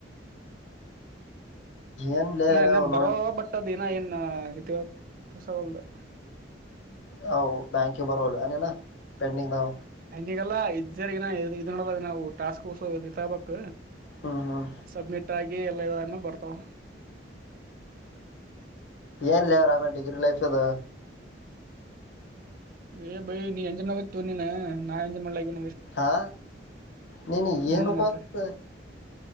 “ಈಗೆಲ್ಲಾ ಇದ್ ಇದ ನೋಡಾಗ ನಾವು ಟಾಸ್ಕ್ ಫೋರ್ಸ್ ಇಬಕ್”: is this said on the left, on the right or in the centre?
Right